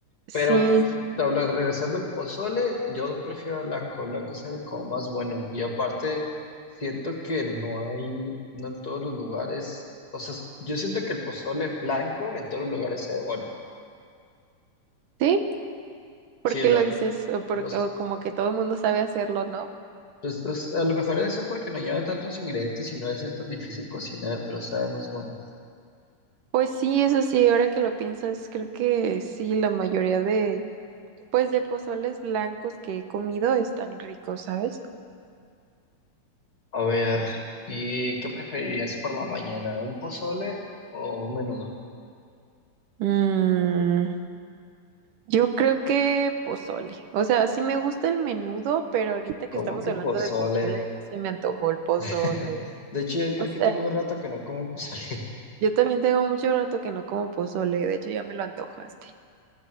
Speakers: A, on the right; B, on the left.
A: Sí.
B: Pero habla- regresando al pozole, yo prefiero el blanco, el blanco se ve como más bueno. Y aparte, siento que no hay, no en todos los lugares, o sea, yo siento que el pozole blanco en todos los lugares se ve bueno.
A: Sí, ¿Por
B: Sí,
A: qué
B: lo,
A: lo dices? O, por-
B: los-
A: o como que todo el mundo sabe hacerlo, ¿no?
B: pues, pues, a lo mejor debe ser porque no lleva tantos ingredientes y no debe ser tan difícil cocinar, pero sabe más bueno.
A: Pues sí, eso sí, ahora que lo piensas, creo que sí, la mayoría de, pues de pozoles blancos que he comido están ricos, ¿sabes?
B: A ver, ¿y qué preferirías por la mañana? ¿Un pozole o un menudo?
A: Mm, yo creo que pozole. O sea, sí me gusta el menudo, pero ahorita que
B: ¿Cómo
A: estamos
B: que
A: hablando
B: pozole?
A: de pozole, ya se me antojó el pozole.
B: <laughs> De hecho, yo creo
A: O sea,
B: que tengo rato que no como pozole.
A: yo también tengo mucho rato que no como pozole, de hecho ya me lo antojaste.